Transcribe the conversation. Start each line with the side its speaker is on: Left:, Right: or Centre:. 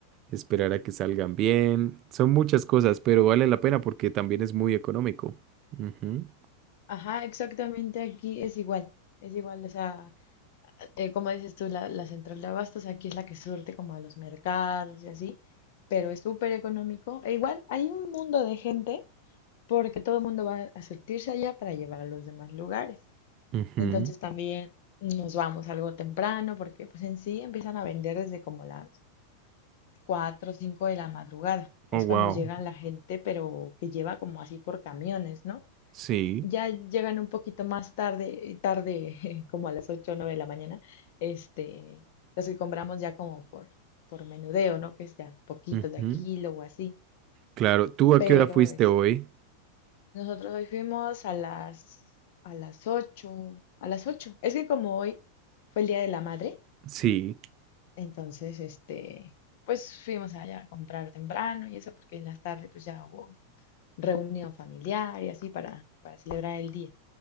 Right: esperar a que salgan bien, son muchas cosas, pero vale la pena porque también es muy económico. Ujú,
Left: Ajá, exactamente aquí es igual, es igual, o sea, eh, como dices tú, la, la central de abastos aquí es la que surte como a los mercados y así, pero es súper económico. E igual hay un mundo de gente porque todo el mundo va a surtirse allá para llevar a los demás lugares.
Right: ujú.
Left: Entonces también nos vamos algo temprano porque pues en sí empiezan a vender desde como las 4 o 5 de la madrugada. Es
Right: Oh, wow.
Left: cuando llega la gente, pero que lleva como así por camiones, ¿no?
Right: Sí.
Left: Ya llegan un poquito más tarde, tarde, <laughs> como a las 8 o 9 de la mañana, este, los que compramos ya como por, por menudeo, ¿no? Que es ya poquito
Right: ujú.
Left: de a kilo o así.
Right: Claro, ¿tú a
Left: Pero
Right: qué hora fuiste
Left: es,
Right: hoy?
Left: nosotros hoy fuimos a las, a las ocho a las ocho Es que como hoy fue el Día de la Madre,
Right: Sí.
Left: Entonces, este, pues fuimos allá a comprar temprano y eso, porque en la tarde pues ya hubo reunión familiar y así para, para celebrar el día.